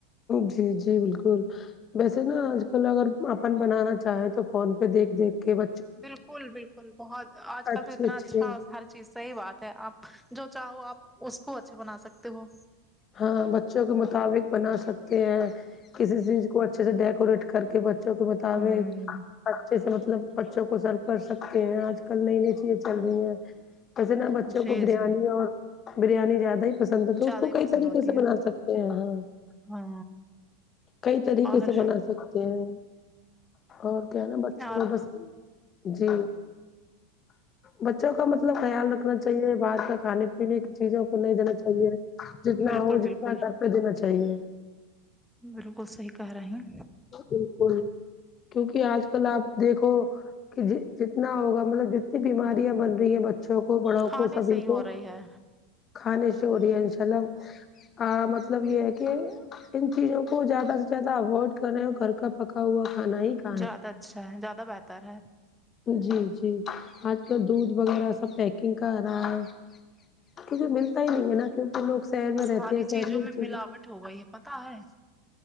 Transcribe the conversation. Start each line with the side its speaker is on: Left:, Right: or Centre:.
Left: جی جی بالکل ویسے نا آج کل اگر اپن بنانا چاہیں تو فون پہ دیکھ دیکھ کے ب
Centre: بالکل بالکل بہت آج
Left: اچھے
Centre: کل تو اتنا
Left: اچھے
Centre: اچھا ہر چیز صحیح بات ہے آپ جو چاہو آپ اس کو اچھا بنا سکتے ہو
Left: ہاں بچوں کے مطابق بنا سکتے ہیں کسی چیز کو اچھے سے ڈیکوریٹ کر کے بچوں کو بتاوے
Centre: ہوں
Left: اچھے سے مطلب بچوں کو سرو کر سکتے ہیں آج کل نئی نئی چیزیں چل رہی ہیں جیسے نا بچوں
Centre: جی
Left: کو بریانی
Centre: جی
Left: اور بریانی زیادہ ہی پسند ہے تو
Centre: زیادہ
Left: اس کو
Centre: ہی
Left: کئی
Centre: پسند
Left: طریقے
Centre: ہوتی
Left: سے
Centre: ہے
Left: بنا سکتے ہیں ہاں
Centre: ہاں
Left: کئی طریقے
Centre: اور
Left: سے بنا سکتے ہیں اور کیا نا بچوں
Centre: اور
Left: کو بس جی بچوں کا مطلب خیال رکھنا چاہیے بر کا کھانے پنے کی چیزوں کو نہیں دینا چاہیے جتنا
Centre: بالکل
Left: ہو جتنا
Centre: بالکل
Left: گھر پہ دینا چاہیے
Centre: بالکل صحیح کہہ رہے ہیں
Left: بالکل کیونکہ آج کل آپ دیکھو کہ ج جتنا ہوگا مطلب جتنی بیماریاں بن رہی ہیں بچے بچوں کو بڑوں
Centre: کھانے
Left: کو سبھی
Centre: سے ہی
Left: کو
Centre: ہو رہی ہے
Left: کھانے سے ہو دیا انشاء اللہ مطلب یہ ہے کہ ان چیزوں کو زیادہ سے زیادہ اوائڈ کر رہے ہیں اور گھر کا پکا ہوا کھانا ہی کھائیں
Centre: زیادہ اچھا ہے زیادہ بہتر ہے
Left: جی جی آج کل دودھ وغیرہ سب پیکنگ کر رہا ہے کیکہ ملتا ہی نہیں ہے نا کیونکہ لوگ شہر میں
Centre: ساری
Left: رہتے ہیں شہر
Centre: چیزوں
Left: میںے
Centre: میں ملاوٹ ہو گئی ہے پتا ہے